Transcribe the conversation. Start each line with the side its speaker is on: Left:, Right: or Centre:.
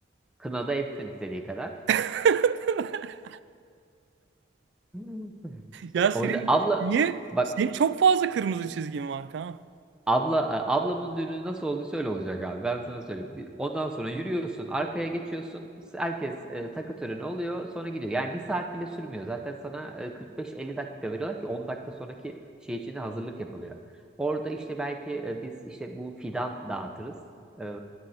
Centre: Kınada etsin istediği kadar.
Right: <laughs>
Centre: <laughs>
Right: Ya senin
Centre: Orada abla
Right: niye?
Centre: bak
Right: Senin çok fazla kırmızı çizgin var Kaan.
Centre: Abla, e, ablamın düğünü nasıl olduysa öyle olacak abi. Ben sana söyleyeyim. Bir- Ondan sonra yürüyorsun, arkaya geçiyorsun. Herkes e, takı töreni oluyor, sonra gidiyor. Yani bir saat bile sürmüyor. Zaten sana e, 45-50 dakika veriyorlar ki 10 dakika sonraki şey için de hazırlık yapılıyor. Orada işte belki e, biz işte bu fidan dağıtırız. E,